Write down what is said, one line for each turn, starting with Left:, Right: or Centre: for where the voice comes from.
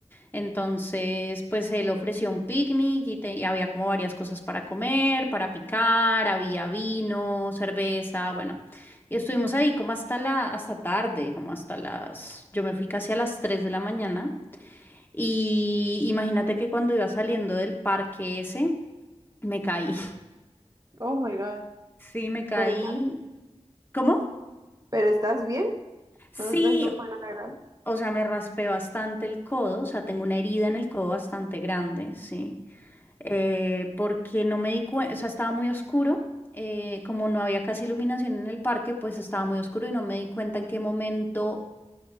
Left: Entonces, pues él ofreció un picnic y, te- y había como varias cosas para comer, para picar, había vino, cerveza, bueno. Y estuvimos ahí como hasta la, hasta tarde, como hasta las, yo me fui casi a las 3 de la mañana. Y imagínate que cuando iba saliendo del parque ese, me caí. <laughs>
Right: Oh my God.
Left: Sí, me caí.
Right: Pero,
Left: ¿Cómo?
Right: ¿Pero estás bien?
Left: Sí,
Right: No, no, no fue nada grave.
Left: o sea, me raspé bastante el codo, o sea, tengo una herida en el codo bastante grande, sí. eh, porque no me di cuenta, o sea, estaba muy oscuro, eh, como no había casi iluminación en el parque, pues estaba muy oscuro y no me di cuenta en qué momento